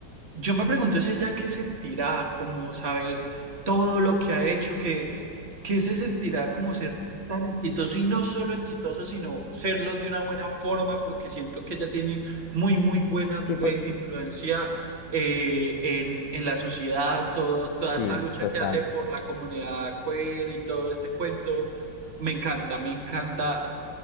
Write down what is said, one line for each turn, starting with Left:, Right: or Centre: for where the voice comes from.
Right: yo me pregunto es ella qué sentirá, como saber todo lo que ha hecho, que ¿Qué se sentirá como ser tan exitoso y no solo exitoso, sino serlo de una buena forma? Porque siento que ella tiene muy, muy buena
Left: Sí, porque,
Right: eh, influencia eh, en, en la sociedad, todo- toda
Left: sí,
Right: esta lucha
Left: total.
Right: que hace por la comunidad queer y todo este cuento. Me encanta, me encanta,